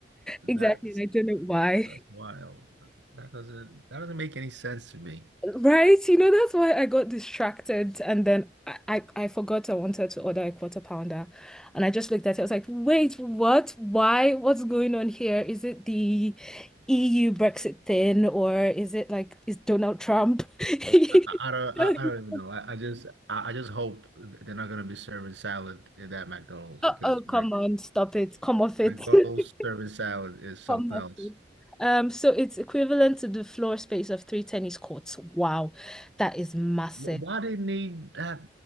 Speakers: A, on the right; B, in the centre.
A: That's
B: Exactly. And I don't know why.
A: that's wild. That doesn't that doesn't make any sense to me.
B: Right? You know, that's why I got distracted. And then I, I, I forgot I wanted to order a quarter pounder. And I just looked at it. I was like, wait, what? Why? What's going on here? Is it the EU Brexit thing? Or is it like, is Donald Trump?
A: I, I
B: <laughs>
A: I don't I, I don't even know. I, I just I, I just hope they're not going to be serving salad in that McDonald's
B: Uh-oh,
A: because Mc-
B: come on, stop it. Come off it.
A: McDonald's
B: <laughs>
A: serving salad is something
B: Come up
A: else.
B: with. Um, so it's equivalent to the floor space of three tennis courts. Wow, that is massive.
A: Wh- Why do they need that?